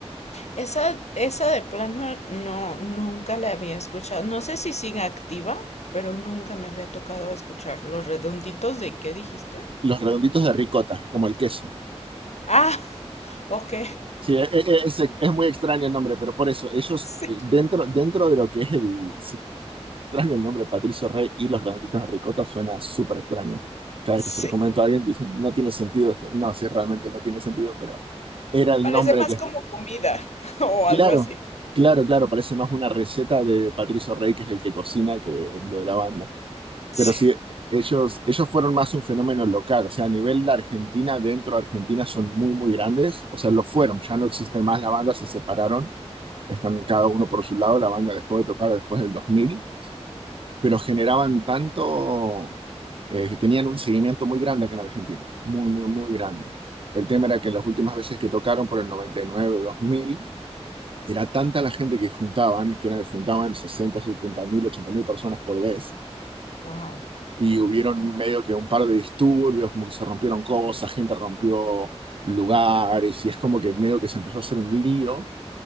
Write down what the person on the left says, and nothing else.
Esa, esa de plano no, nunca la había escuchado. No sé si sigue activa, pero nunca me había tocado escuchar. ¿Los redonditos de qué dijiste?
Ah, <laughs> ok.
Sí,
sí.
Parece
más
como comida <laughs> o algo
así.
Sí.
Wow.